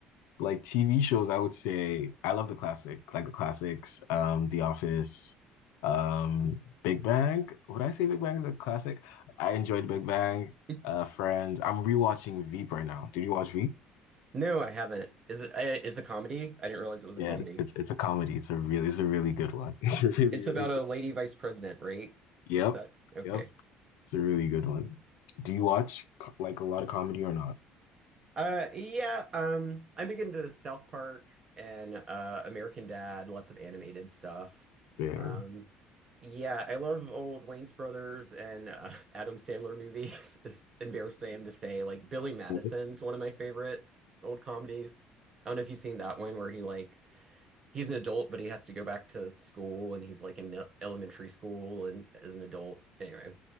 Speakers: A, on the left; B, on the right.
A: Like TV shows, I would say I love the classic, like the classics, um, The Office, um, Big Bang. Would I say Big Bang is a classic? I enjoyed Big Bang,
B: <laughs>
A: uh, Friends. I'm rewatching Veep right now. Did you watch Veep?
B: No, I haven't. Is it uh, is a comedy? I didn't realize it was
A: Yeah,
B: a comedy.
A: it's it's a comedy. It's a really it's a really good one. <laughs> It's a really,
B: It's
A: really
B: about
A: good.
B: a lady vice president, right?
A: Yep.
B: Is that okay?
A: Yep. It's a really good one. Do you watch co- like a lot of comedy or not?
B: Uh, yeah, um, I'm big into South Park and uh, American Dad, lots of animated stuff.
A: Fair.
B: Um, yeah, I love old Wayne's Brothers and uh, <laughs> Adam Sandler movies. <laughs> It's embarrassing to say, like Billy Madison's
A: <laughs>
B: one of my favorite old comedies. I don't know if you've seen that one where he like he's an adult but he has to go back to school and he's like in elementary school and as an adult. Anyway,